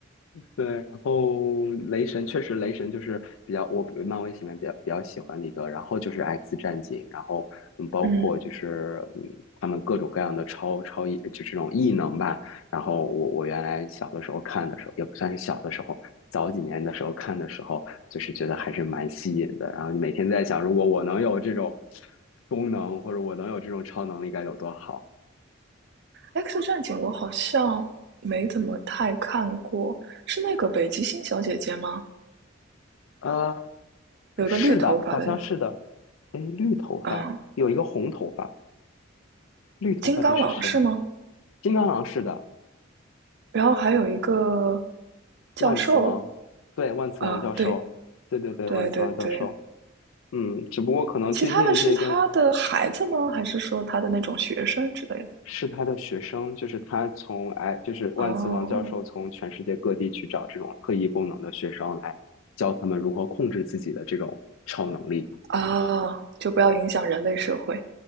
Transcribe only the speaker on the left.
对，然后雷神确实，雷神就是比较我漫威里面比较比较喜欢的一个，然后就是 X 战警，然后嗯，包括就是嗯，
他们各种各样的超超异，就这种异能吧。然后我我原来小的时候看的时候，也不算是小的时候，早几年的时候看的时候，就是觉得还是蛮吸引的。然后每天在想，如果我能有这种功能，或者我能有这种超能力该有多好。
呃，
是的，好像是的。哎，绿头发有一个红头发，
绿头发的是谁？
金刚狼是的，
万磁王，对，万磁王教授，
对对对，
万磁王教授。嗯，只不过可能最近这一段
是他的学生，就是他从哎，就是万磁王教授从全世界各地去找这种特异功能的学生来教他们如何控制自己的这种超能力。